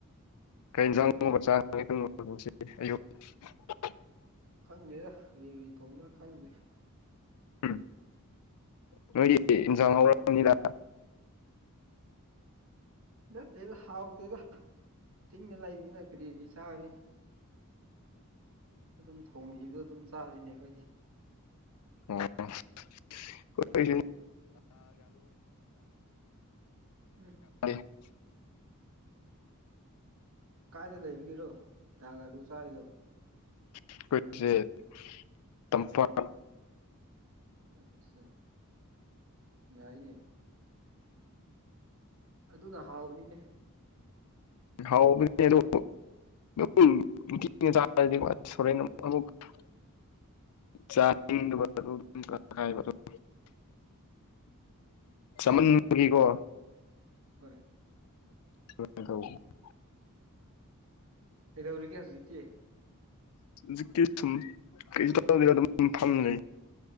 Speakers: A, on the left; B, on the right.
A: ꯀꯩ ꯌꯦꯟꯁꯥꯡ ꯅꯨꯡꯕ ꯆꯥ <unintelligible>
B: ꯈꯪꯗꯦꯗ ꯀꯔꯤ ꯀꯔꯤ ꯊꯣꯡꯕ꯭ꯔꯥ ꯈꯪꯗꯦ
A: ꯎꯝ ꯅꯣꯏꯗꯤ ꯏꯟꯁꯥꯡ ꯍꯥꯎꯔꯝꯅꯤꯗ
B: ꯅꯠꯇꯦꯗ ꯍꯥꯎꯇꯦꯗ ꯆꯤꯡꯗ ꯂꯩꯕꯅꯤꯅꯥ ꯀꯔꯤꯗꯤ ꯆꯥꯅꯤ ꯑꯗꯨꯝ ꯊꯣꯡꯕꯤꯕꯗꯣ ꯑꯗꯨꯝ ꯆꯥꯔꯤꯅꯦ ꯑꯩꯈꯣꯏꯗꯤ
A: ꯑꯣ ꯀꯣꯏ
B: ꯎꯝ
A: <unintelligible>
B: ꯀꯥꯏꯗ ꯂꯩꯕꯒꯤꯔꯣ ꯗꯥꯒ ꯑꯥꯂꯨ ꯆꯥꯔꯤꯗꯣ
A: ꯑꯩꯈꯣꯏꯁꯦ ꯇꯝꯄꯥꯛ
B: ꯑꯠꯆꯥ ꯌꯥꯏꯅꯦ ꯑꯗꯨꯅ ꯍꯥꯎꯕꯅꯤꯅꯦ
A: ꯍꯥꯎꯕꯅꯦ ꯑꯗꯨ ꯎꯝ <inaudible> ꯗꯤ ꯁꯣꯔꯅ <unintelligible> ꯆꯥꯏ <unintelligible> ꯆꯥꯃꯟꯕꯒꯤꯀꯣ
B: ꯍꯣꯏ
A: ꯊ ꯀ <unintelligible>
B: ꯀꯩꯗꯧꯔꯤꯒꯦ ꯍꯧꯖꯤꯛꯇꯤ
A: ꯍꯧꯖꯤꯛꯇꯤ ꯑꯗꯨꯝ ꯀꯩꯝ ꯇꯧꯗꯦ ꯐꯝ ꯂꯩ